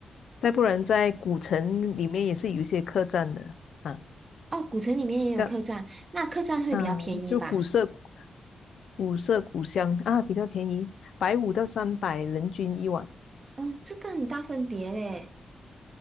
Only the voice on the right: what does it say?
哦，古城里面也有客栈，
那客栈会比较便宜吧？
哦，这个很大分别嘞。